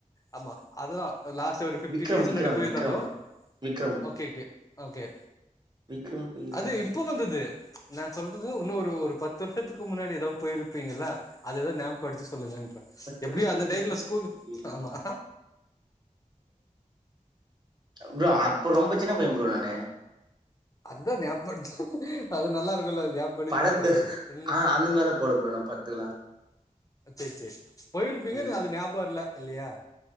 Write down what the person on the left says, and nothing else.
ஆம்மா அதா லாஸ்ட்டு ஒரு ஃபிஃப்டின்
இயர்ஸ்க்
முன்னாடி போயிர்ந்தால்லு
ஒக்கே கே ஓக்கே
அது இப்போ வந்தது நா சொல்றது இன்னு ஒரு ஒரு பத்து வர்ஷத்துக்கு முன்னாடி எதாவ் பொயிருப்பீங்கல்ல அது எதோ ஞாப்படுத்தி சொல்லுங்கன்ற
எப்டியோ
அந்த
டைத்ல
ஸ்கூல்லு
ஆம்மா
அத்தா ஞாபடுத் அது நல்லாருக்குல்ல ஞாபடி
பாக்க என்ன
ச்சே சேர் போயிருப்பீங்கஅது
ஞபகொ இல்ல இல்லியா